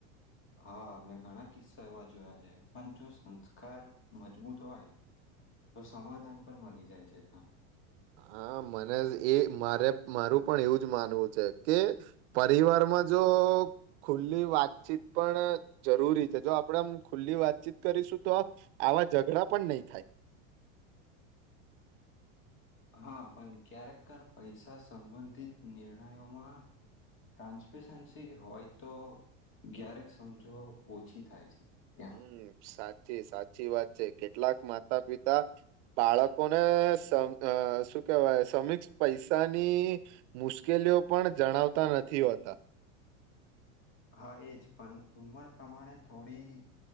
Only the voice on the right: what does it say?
હા મને એ મારે મારું પણ એવું જ માનવું છે કે પરિવારમાં જો ખુલ્લી વાતચીત પણ જરૂરી છે. જો આપડે આમ ખુલ્લી વાતચીત કરીશું તો આવા ઝઘડા પણ નઈ થાય.
હમ સા સાચી વાત છે. કેટલાક માતા પિતા બાળકોનેસ શુ શું કેવાય સમીક્ષ પૈસાની મુશ્કેલીઓ પણ જણાવતા નથી હોતા.